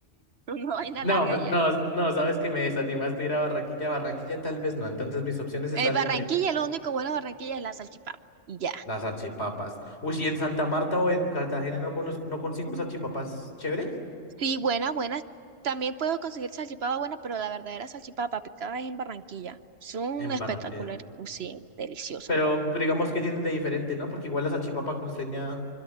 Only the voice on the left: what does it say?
No,
pues,
no, no, sabes que me desanimaste a ir a Barranquilla. Barranquilla tal vez no. Entonces mis opciones están
entre
Las salchipapas. Uy, ¿y en Santa Marta o en Cartagena no, conozco- no consigo salchipapas chéveres?
En
Barranquilla.
Pero
digamos que tienen de diferente, ¿no? Porque igual la salchipapa costeña